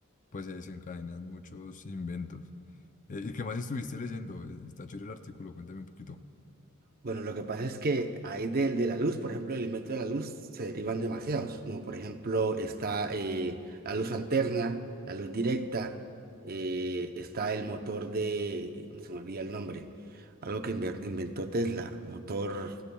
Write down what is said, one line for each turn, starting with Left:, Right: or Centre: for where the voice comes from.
Left: pues se desencadenan muchos inventos. Eh, ¿y qué más estuviste leyendo? Eh, Está chévere el artículo, cuéntame un poquito.
Right: Bueno, lo que pasa es que hay de, de la luz, por ejemplo, el invento de la luz se derivan demasiados, como por ejemplo está eh, la luz alterna, la luz directa, eh, está el motor de, eh, se me olvida el nombre, algo que inver- inventó Tesla, motor,